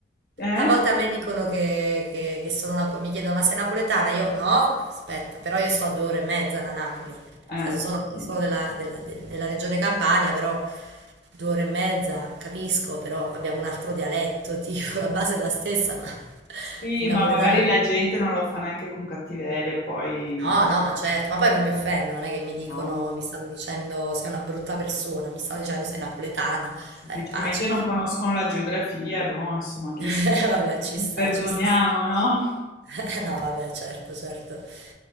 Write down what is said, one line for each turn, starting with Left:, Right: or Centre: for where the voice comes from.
Left: Eh?
Right: A volte a me dicono che, che- che sono napoletana, mi chiedono ma sei napoletana? Io no, aspetta, però io sto a due ore e mezza da Napoli, nel
Left: Eh,
Right: senso sono,
Left: sì,
Right: sono della, della- de- della regione Campania, però due ore e mezza capisco, però abbiamo un altro dialetto, tipo <laughs> la base è la stessa, ma
Left: Sì,
Right: il napoletano...
Left: ma magari la gente non lo fa neanche con cattiveria, poi
Right: No, no, ma certo, ma poi non mi offendo, non è che mi dicono,
Left: no,
Right: mi stanno dicendo sei una brutta persona, mi stanno dicendo sei napoletana,
Left: semplicemente
Right: eh, pace.
Left: non conoscono la geografia, boh, insomma, li,
Right: <laughs> Vabbè, ci
Left: li
Right: sta,
Left: perdoniamo,
Right: ci sta.
Left: no?
Right: <laughs> No, vabbè, certo, certo.